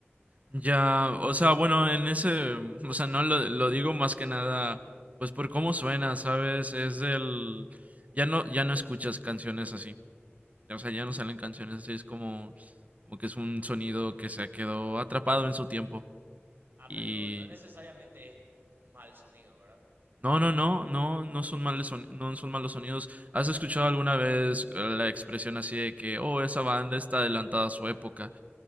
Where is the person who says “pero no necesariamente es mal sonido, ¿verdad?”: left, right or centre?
Right